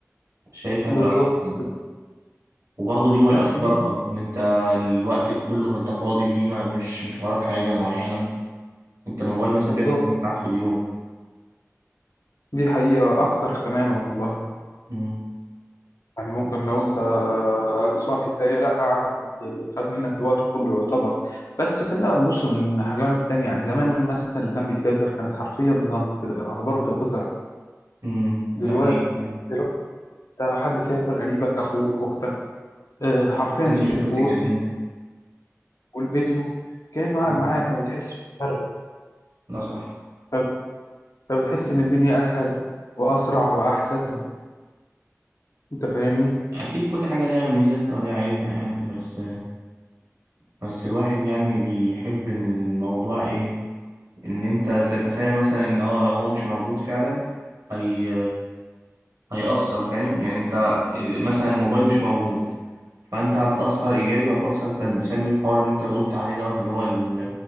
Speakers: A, on the right (about 80°); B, on the left (about 85°).
A: شايف هتبقى
B: بالظبط
A: أحسن. وبرضه اليوم هيبقى
B: بس
A: فيه بركة
B: دي
A: إن أنت الوقت كله أنت فاضي فيه ما مش مش وراك حاجة معينة أنت الموبايل مثلا
B: بالظبط
A: بياخد 8 ساعات في اليوم
B: دي حقيقه اكتر كمان والله
A: امم
B: يعني ممكن لو انت صاحي تلاقيه لا قعد خد منك الوقت كله يعتبر بس خلينا نبص من جانب تاني يعني زمان مثلا اللي كان بيسافر كانت حرفيا بتن- بت- اخباره بتتقطع
A: امم
B: دلوقتي
A: ده حقيقي يعني
B: دلوقتي انت لو حد سافر قريبك اخوك اختك آه، حرفيا
A: وثانية
B: بالتليفون
A: ممكن تكلمه
B: والفيديو كأنه قاعد
A: مم.
B: معاك ما بتحسش بفرق
A: ده صح
B: فب- فبتحس ان الدنيا اسهل واسرع واحسن انت فاهمني؟
A: أكيد كل حاجة ليها ميزاتها وليها عيوبها يعني بس بس الواحد يعني بيحب الموضوع إيه إن أنت تتخيل مثلا إن أه لو هو مش موجود فعلا هي هيأثر فاهم يعني أنت مثلا الموبايل مش موجود فانت هتأثر ايجابي وهتأثر سلبي سلبي الحوار اللي انت قلت عليه دوت اللي هو ال...